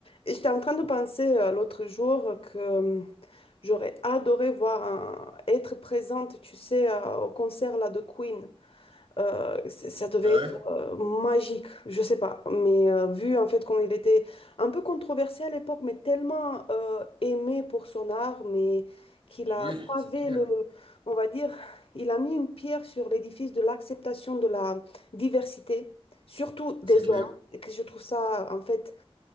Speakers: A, on the left (about 70°); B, on the right (about 65°).
A: Et J'étais en train de penser euh, l'autre jour que euh, j'aurais adoré voir un- être présente, tu sais, euh, au concert là, de Queen. Euh, c- ça devait
B: Ah Ouais,
A: être euh, magique, je sais pas. Mais euh, vu en fait qu'on il était un peu controversé à l'époque, mais tellement euh, aimé pour son art, mais qu'il
B: oui,
A: a pavé
B: c'est clair,
A: le, on va dire, il a mis une pierre sur l'édifice de l'acceptation de la diversité, surtout
B: c'est
A: des
B: clair.
A: hommes. Et que je trouve ça en fait